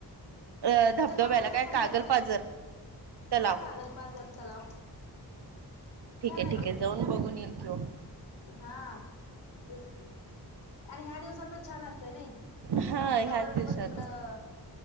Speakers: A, on the right; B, on the left.
A: अ
B: तित
A: धबधब्याला
B: खरं
A: काय
B: का संध्याकाळ
A: कागल पाजर तलाव
B: हां कागल पाझर तलाव
A: ठीक
B: छान
A: ठीके आहे जाऊन बघून येईल कि ओ.
B: हां तेच की आणि ह्या दिवसात छान असतं नाही.
A: हा
B: तर वातावरण
A: ह्याच दिवसात
B: पण तिकडं